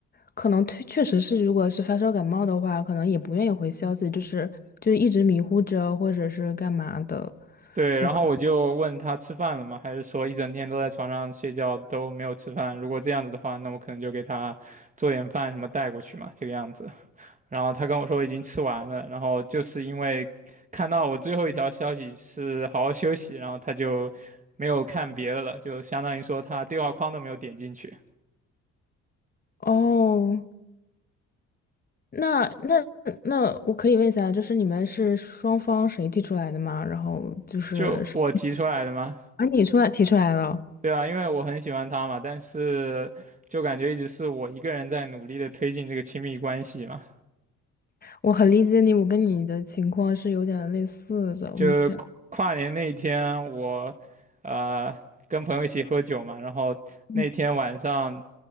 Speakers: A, on the left (about 30°); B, on the right (about 25°).
A: 可能确确实是，如果是发烧感冒的话，可能也不愿意回消息，就是就一直迷糊着，或者是干嘛的，
B: 对，
A: 就可
B: 然后我就问他吃饭了吗？还是说一整天都在床上睡觉都没有吃饭？如果这样子的话，那我可能就给他做点饭什么带过去嘛，这个样子。然后他跟我说已经吃完了，然后就是因为看到我最后一条消息是好好休息，然后他就没有看别的了，就相当于说他对话框都没有点进去，
A: 哦，那那那我可以问一下，就是你们是双方谁提出来的吗？然后就是是
B: 就我提出来的吗？
A: 啊，你出来提出来了，
B: 对啊，因为我很喜欢他嘛，但是就感觉一直是我一个人在努力的推进这个亲密关系嘛。
A: 我很理解你，我跟你的情况是有点类似的，
B: 就是跨年那一天我，
A: 目前，
B: 呃，跟朋友一起喝酒嘛，然后那天晚上
A: 嗯